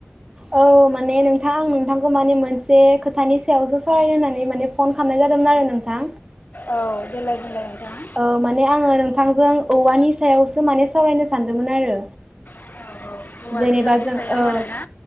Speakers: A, on the right; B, on the left.
A: औ माने नोंथां आं नोंथांखौ माने मोनसे खोथानि सायावसो सावरायनो होननानै माने फन खालामनाय जादोंमोन आरो नोंथां।
B: औ देलाय बुंलाय नोंथां
A: औ माने आङो नों थांजों औवानि सायावसो माने सावरायनो सानदोंमोन आरो।
B: औ औ औवा
A: जेनेबा
B: बिफांनि
A: जों
B: सायाव
A: औ
B: आरोना